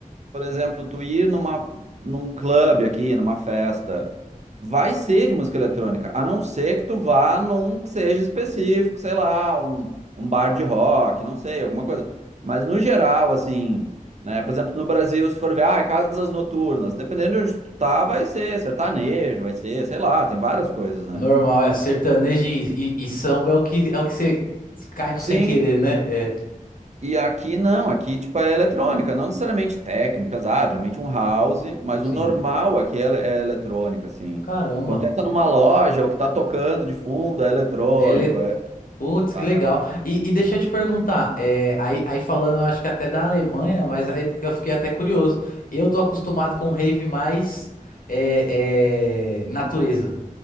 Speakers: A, on the right; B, on the left.
A: por exemplo, tu ir numa, num clube aqui, numa festa, vai ser de música eletrônica, a não ser que tu vá num que seja específico, sei lá, um, um bar de rock, não sei, alguma coisa. Mas no geral, assim, né, por exemplo, no Brasil, se tu for ver, ah, é casas noturnas, dependendo de onde tu tá, vai ser sertanejo, vai ser, sei lá, tem várias coisas, né?
B: Normal, é sertanejo e, e- e samba é o que é o que você cai no
A: Sim,
B: sem querer, né? É.
A: E aqui não, aqui tipo é eletrônica, não necessariamente techno, pesado, geralmente um house, mas
B: Sim.
A: o normal aqui é, ele- é eletrônica, assim.
B: Caramba.
A: Quando tu entra numa loja, o que tá tocando de fundo é eletrônico,
B: Ele...
A: é,
B: Putz,
A: sabe?
B: que legal. E, e deixa eu te perguntar, é, aí, aí falando, eu acho que até da Alemanha, mas aí eu fiquei até curioso. Eu tô acostumado com rave mais é, é, natureza.